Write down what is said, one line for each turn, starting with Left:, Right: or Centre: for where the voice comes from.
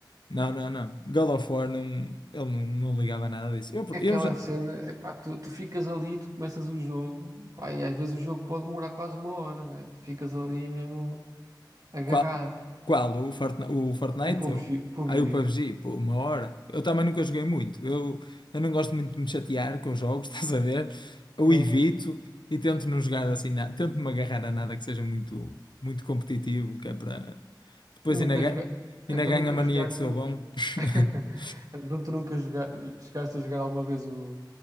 Left: Não, não, não. God of War não, ele não, não ligava nada disso. Eu,
Right: Aquela
Left: eu já,
Right: cena, epá, tu, tu ficas ali, tu começas o jogo, pá, e às vezes o jogo pode demorar quase uma hora, né? Tu ficas ali mesmo agarrado.
Left: qual, qual? O Fortnite? O Fortnite?
Right: O PUBG, PUBG,
Left: Aí o PUBG, pô, uma hora. Eu também nunca joguei muito. Eu, eu não gosto muito de me chatear com os jogos, <laughs> estás a ver? Eu
Right: não?
Left: evito e tento não jogar assim nada. Tento-me agarrar a nada que seja muito, muito competitivo, que é para. Depois
Right: Nunca
Left: ainda, ga-
Right: joga... Então
Left: ainda ganho
Right: nunca
Left: a mania
Right: jogaste.
Left: que sou
Right: o-
Left: bom. <laughs>
Right: <laughs> Então tu nunca joga... chegaste a jogar alguma vez o...